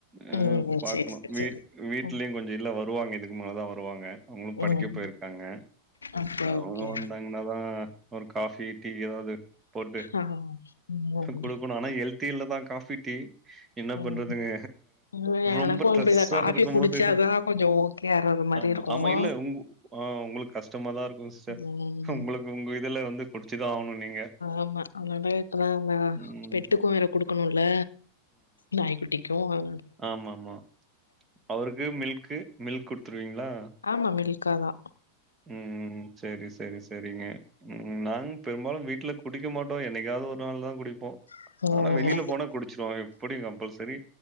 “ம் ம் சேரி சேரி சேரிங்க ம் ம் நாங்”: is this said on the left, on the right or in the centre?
Right